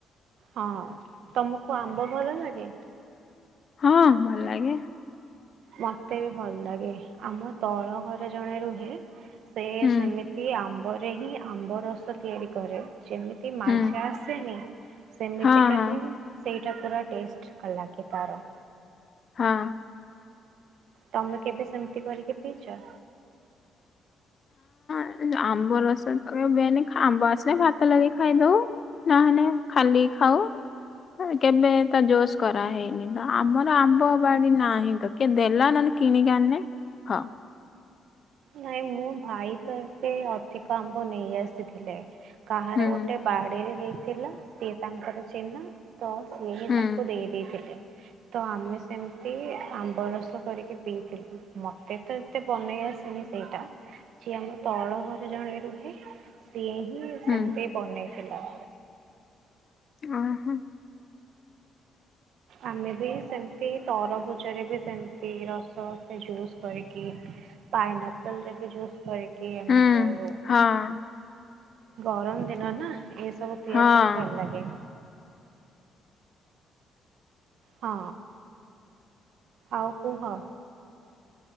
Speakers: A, on the right (about 75°); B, on the left (about 45°).
A: ହଁ, ତୋମୁକୁ ଆମ୍ବ ଭଲ ଲାଗେ?
B: ହଁ ଭଲ ଲାଗେ।
A: ମୋତେ ବି ଭଲ ଲାଗେ। ଆମ ତଳ ଘରେ ଜଣେ ରୁହେ। ସେ
B: ହୁଁ
A: ସେମିତି ଆମ୍ବରେ ହିଁ ଆମ୍ବ ରସ ତିଆରି କରେ। ଯେମିତି ମାଜା
B: ହୁଁ
A: ଆସେନି ସେମିତିକା
B: ହଁ ହଁ
A: ହିଁ ସେଇଟା ପୁରା ଟେଷ୍ଟ କ-ଲାଗ ତାର।
B: ହଁ।
A: ତୋମେ କେବେ ସେମିତି କରିକି ପିଇଚ?
B: ଏମତି ଆମ୍ବ ରସ କେବେ ନି ଆମ୍ବ ଆସିଲେ ଆମେ ଭାତ ଲାଗେଇ ଖାଇଦଉ। ନହନେ ଖାଲି ଖାାଉ। ହେ କେବେ ତ ଜୋସ୍ କରା ହେଇନି ତ। ଆମର ଆମ୍ବ ବାଡି ନାହିଁ ତ। କିଏ ଦେଲା ନନେ କିଣିକି ଆଣନେ ହଁ।
A: ନାଇଁ ମୋ ଭାଇ ତ ଏବେ ଅଧିକ ଆମ୍ବ ନେଇ ଆସିଥିଲେ। କାହାର
B: ହୁଁ
A: ଗୋଟେ ବାଡିରେ ହେଇଥିଲା ସିଏ ତାଙ୍କର ଚିହ୍ନା। ତ ସିଏ ହିଁ
B: ହୁଁ
A: ତାକୁ ଦେଇ ଦେଇଥିଲେ। ତ ଆମେ ସେମିତି ଆମ୍ବ ରସ କରିକି ପିଇଥିଲି। ମୋତେ ତ ଏତେ ବନେଇ ଆସ ସେନି ସେଇଟା। ସିଏ ଆମ ତଳ ଘରେ ଜଣେ ରୁହେ ସିଏ ହିଁ
B: ହୁଁ
A: ସେମତି ବନେଇଥିଲା।
B: ଓହୋ।
A: ଆମେ ବି ସେମତି ତରଭୁଜରେ ବି ସେମିତି ରସ ସେ ଜୁସ୍ କରିକି ପାଇନା ଆପଲ୍ରେ ବି ଜୁସ୍ କରିକି ଆମେ
B: ହୁଁ
A: କରୁ।
B: ହଁ।
A: ଗରମ ଦିନ ନା ଏ ସବୁ ପିଇବାକୁ
B: ହଁ
A: ହିଁ ଭଲ ଲାଗେ। ହଁ ଆଉ କୁହ?